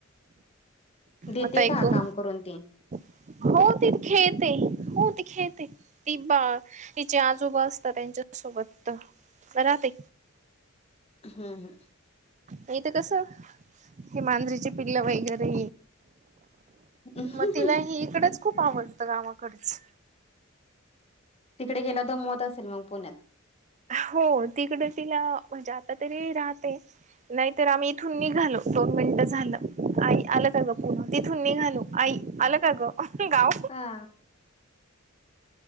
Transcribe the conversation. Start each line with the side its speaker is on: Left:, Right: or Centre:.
Left: देते
Right: मत् एको.
Left: का काम करून ते
Right: हो त खेळते. हो ती खेळते ती बा तिचे आजोबा असतात त्यांच्यासोबत करा ते
Left: हंम, हं
Right: येतं कस हे मांजरीची पिल्ल वैगैरे
Left: हम्म
Right: मग तिलाही इकडंच खूप आवडतं गावाकडचं
Left: तिकडे गेला दो मत असेल मग पुण्यात.
Right: हो तिकडं तिला म्हणजे आता तरी राहते. नाहीत तर आम्ही इथून निघालो दोन मिनिटं झालं आई आलं का ग पुन्हा तिथून निघालो. अय अला का गं,, गाव.
Left: हा